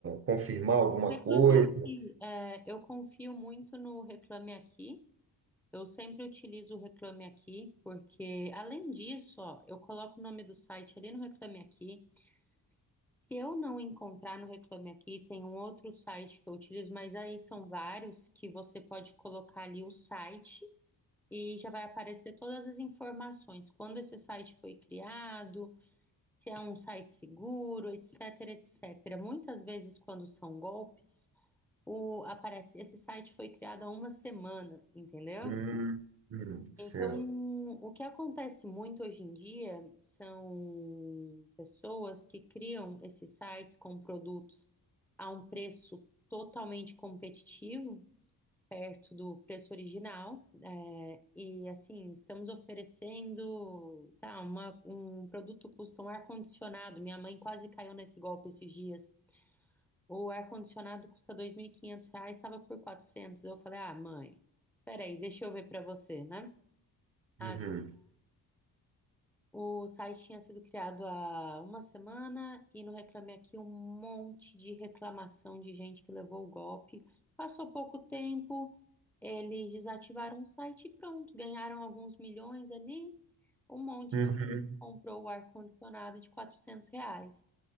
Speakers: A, on the right; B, in the centre.
A: confirmar alguma
B: Reclame
A: coisa?
B: Aqui, é, eu confio muito no Reclame Aqui. Eu sempre utilizo o Reclame Aqui, porque além disso, ó, eu coloco o nome do site ali no Reclame Aqui. Se eu não encontrar no Reclame Aqui, tem um outro site que eu utilizo, mas aí são vários que você pode colocar ali o site e já vai aparecer todas as informações, quando esse site foi criado, se é um site seguro, etc, etc. Muitas vezes, quando são golpes, o, aparece, esse site foi criado há uma semana, entendeu?
A: Hum, hum, certo.
B: Então, o que acontece muito hoje em dia são pessoas que criam esses sites com produtos a um preço totalmente competitivo, perto do preço original, é, e assim, estamos oferecendo, tá, uma- um produto custa um ar-condicionado, minha mãe quase caiu nesse golpe esses dias, o ar-condicionado custa 2.500 reais, estava por 400. eu falei, ah, mãe, peraí, deixa eu ver para você, né? Ah,
A: Uhum,
B: o site tinha sido criado há uma semana e no Reclame Aqui um monte de reclamação de gente que levou o golpe. Passou pouco tempo, eles desativaram o site e pronto, ganharam alguns milhões ali. Um monte
A: uhum.
B: de gente comprou o ar-condicionado de 400 reais.